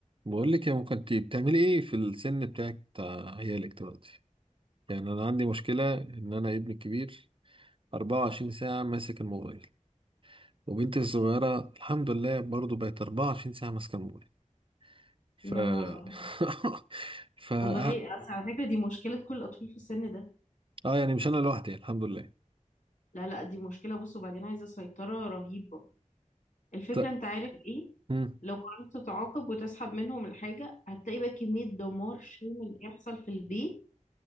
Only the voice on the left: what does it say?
يا نهار أبيض
والله أصل على فكرة دي مشكلة كل الأطفال في السن ده
لا لا دي مشكلة بص وبعدين عايزة سيطرة رهيبة الفكرة
أنت عارف إيه
لو قررت تتعاقب وتسحب منهم الحاجة هتلاقي بقى كمية دمار شامل بيحصل في البيت